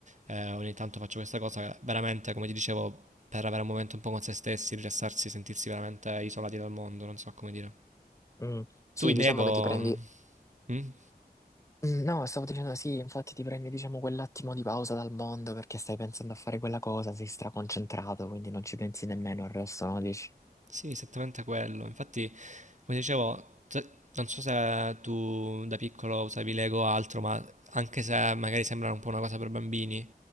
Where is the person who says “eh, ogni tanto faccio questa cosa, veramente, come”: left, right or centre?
Right